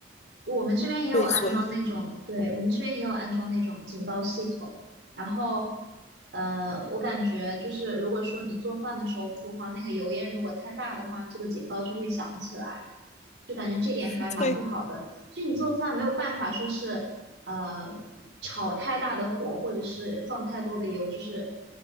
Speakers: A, on the right; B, on the left.
A: 我们这边也有安装那种，
B: 对，所以
A: 对，我们这边也有安装那种警报系统，然后。呃，我感觉就是，如果说你做饭的时候，厨房那个油烟如果太大的话，这个警报就会响起来。就感觉这点还蛮不好的。
B: <laughs> 对，
A: 就以你做饭没有办法说是呃炒太大的火，或者是放太多的油，就是